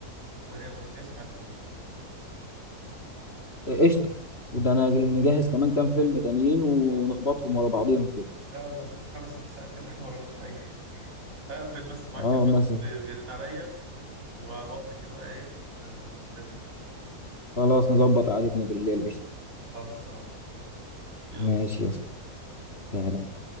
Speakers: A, on the right (about 60°); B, on the left (about 40°).
A: ون- ونسمع الفيلم ده
B: قشطه وده انا نجهز
A: بس
B: كمان كام فيلم تانيين ونخبطهم ورا بعضيهم كده
A: يلا ست خمس ست ساعات كده <laughs> احنا موراناش حاجه هقفل بس معاك
B: اه
A: المندوب
B: مثلا
A: بي- بيرن عليا وعلى الواتس كده بقى ايه مستنيك
B: خلاص نظبط قعدتنا بالليل قشطه
A: خلصان يلا
B: ماشي
A: سلام
B: يا اسطى سلام.